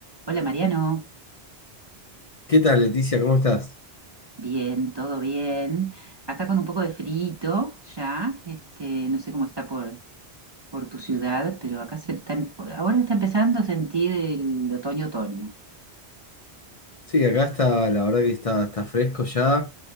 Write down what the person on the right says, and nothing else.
Hola Mariano,
bien, todo bien. Acá con un poco de frito ya, este, no sé cómo está por, por tu ciudad, pero acá se está, ahora está empezando a sentir el otoño-otoño.